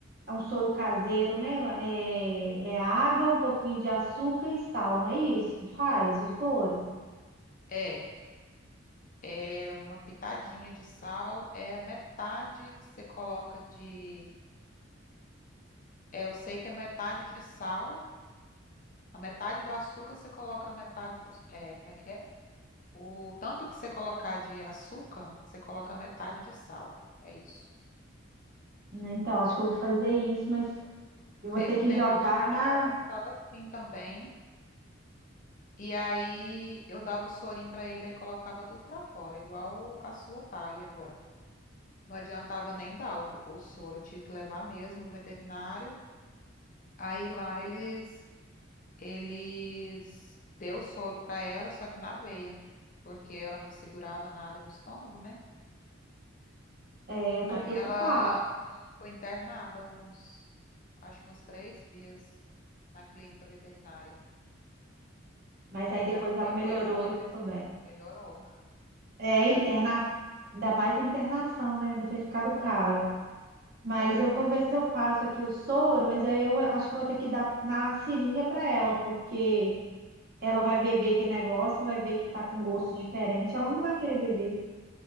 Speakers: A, on the right; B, on the left.
A: é um soro caseiro, né? É, é água, um pouquinho de açúcar e sal, não é isso que faz o soro?
B: É, é é uma pitadinha de sal, é metade que você coloca de. É, eu sei que é metade de sal, a metade do açúcar você coloca a metade do. É, como é que é? O tanto que você colocar de açúcar, você coloca metade de sal. É isso.
A: Né, Então, acho que eu vou fazer isso, mas eu vou
B: Teve
A: ter
B: um
A: que
B: tempo
A: jogar
B: que meu cachorro
A: na.
B: estava assim também. E aí eu dava o sorinho para ele, ele colocava tudo para fora, igual a sua tá aí agora. Não adiantava nem dar o, o soro, eu tive que levar mesmo no veterinário. Aí lá eles eles deu o soro para ela, só que na veia, porque ela não segurava nada no estômago, né?
A: é, eu tô
B: Aí
A: preocupada,
B: ela, ela ficou internada uns, acho que uns três dias na clínica veterinária.
A: mas aí depois
B: Gastei,
A: ela melhorou
B: foi muito
A: e ficou
B: esse
A: bem.
B: tempo, melhorou,
A: É,
B: mas eu
A: interna,
B: gastei. tempo.
A: ainda mais a internação, né? Deve ter ficado caro. Mas
B: É,
A: eu vou ver se eu faço aqui o soro, mas aí eu acho que eu vou ter que dar na seringa para ela, porque ela vai beber aquele negócio, vai ver que tá com gosto diferente, ela não vai querer beber.